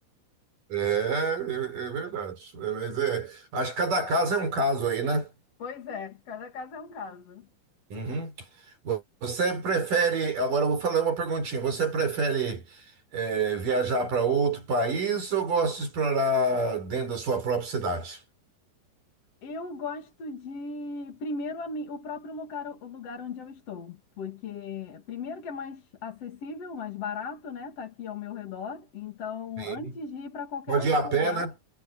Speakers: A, on the right; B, on the left.
A: É, é, é verdade. É, Mas é, acho que cada caso é um caso aí, né?
B: Pois é, cada caso é um caso.
A: Uhum. Vo- Você prefere, agora eu vou falar uma perguntinha. Você prefere é, viajar para outro país ou gosta de explorar dentro da sua própria cidade?
B: Eu gosto de, primeiro, a mi- o próprio lugar, o lugar onde eu estou, porque, primeiro, que é mais acessível, mais barato, né? Tá aqui ao meu redor. Então,
A: Sim.
B: antes de ir para qualquer
A: Pode
B: outro
A: ir a
B: lugar,
A: pé, né?